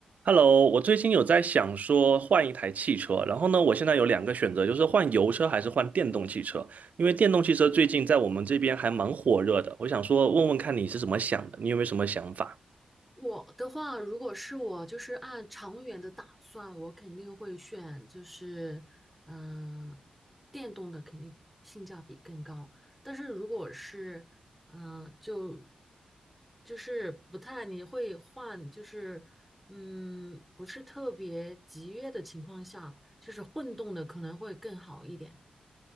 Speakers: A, on the right (about 60°); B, in the centre.
A: Hello，我最近有在想说换一台汽车，然后呢，我现在有两个选择，就是换油车还是换电动汽车。因为电动汽车最近在我们这边还蛮火热的，我想说问问看你是怎么想的，你有没有什么想法？
B: 我的话，如果是我，就是按长远的打算，我肯定会选，就是，嗯、电动的肯定性价比更高。但是如果是，嗯、就就是不太，你会换，就是，嗯，不是特别集约的情况下，就是混动的可能会更好一点。